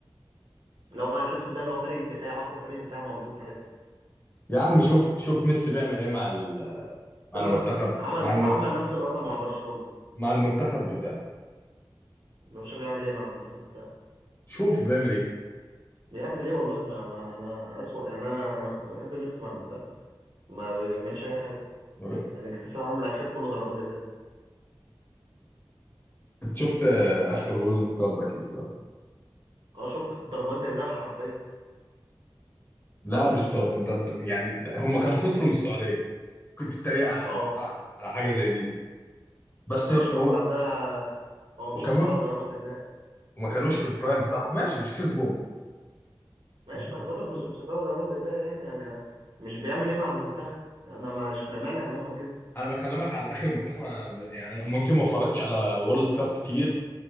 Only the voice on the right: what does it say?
لو اتلتيكو ده اللي هو فريق الدفاع اقوى فريق دفاع موجود ساعتها
استنى
بس عمل
عمل نفس اللقطه مع برشلونه
ملوش بيعمل ايه مع المنتخب بتاعه
بيعمل ايه والله ما, ما انا اسوأ يعني انا انا كنت بحب ميسي مع المنتخب ما بيعملش اي حاجه
يعني كاس العالم الاخير كله ضربات جزاء
اه شفت ضربات جزاء حرفيا
اه
ماشي
من بعدها هو مشغله
ضربات جزاء
ماشي
ما انا بقول لك بس مشغله ضربات جزاء يعني يعني مش بيعمل ايه مع المنتخب يعني انا مش مانع ان هم كسبوا